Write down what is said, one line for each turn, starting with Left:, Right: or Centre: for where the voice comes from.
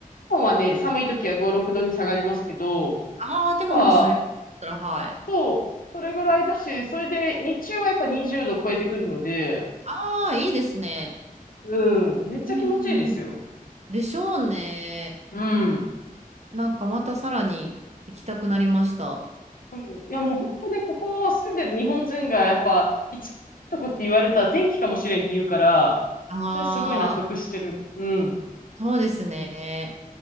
Left: 本はね、寒い時は5、6度に下がりますけど、
Right: ああー、でもまあそれだったら、
Left: やっぱ、
Right: はい。
Left: そう、それぐらいだし、それで日中はやっぱ20度超えてくるので、
Right: ああ、いいですね。
Left: うん、めっちゃ気持ちいいですよ。
Right: うんうんうん。でしょうね。
Left: うん。
Right: なんかまたさらに行きたくなりました。
Left: そういや、もう本当ね、ここ住んでる日本人がやっぱ、一番いいとこって言われたら天気かもしれんって言うから、
Right: ああ、
Left: それすごい納得してる。うん。
Right: そうですね。